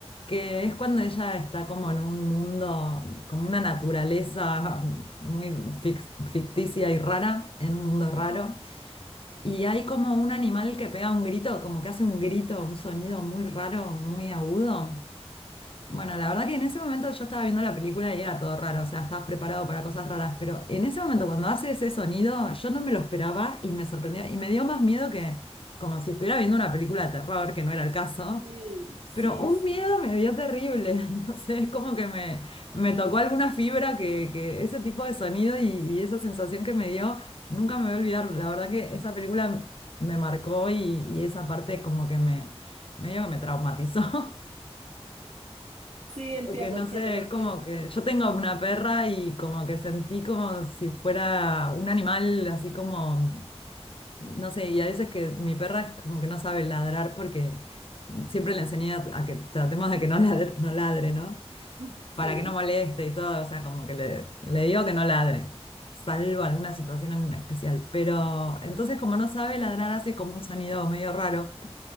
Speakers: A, on the left; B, on the right.
A: que es cuando ella está como en un mundo, como una naturaleza muy fix- ficticia y rara, en un mundo
B: ujú.
A: raro, y hay como un animal que pega un grito, como que hace un grito, un sonido muy raro, muy agudo. Bueno, la verdad que en ese momento yo estaba viendo la película y era todo raro, o sea, estabas preparado para cosas raras, pero en ese momento cuando hace ese sonido, yo no me lo esperaba y me sorprendió y me dio más miedo que como si estuviera viendo una película de terror, que no era el caso,
B: Sí, sí,
A: pero un
B: sí.
A: miedo me dio terrible, <laughs> no sé, es como que me, me tocó alguna fibra que, que ese tipo de sonido y, y esa sensación que me dio, nunca me voy a olvidar, la verdad que esa película me marcó y, y esa parte como que me, medio que me traumatizó. <laughs>
B: Sí, entiendo,
A: Porque no
B: entiendo
A: sé,
B: lo
A: es como
B: que dices.
A: que yo tengo una perra y como que sentí como si fuera un animal así como, no sé, y a veces que mi perra es como que no sabe ladrar porque siempre le enseñé a, a que tratemos de que no ladre, no ladre, ¿no?
B: Ujú, Sí.
A: Para que no moleste y todo, o sea, como que le, le digo que no ladre, salvo alguna situación en especial. Pero entonces como no sabe ladrar, hace como un sonido medio raro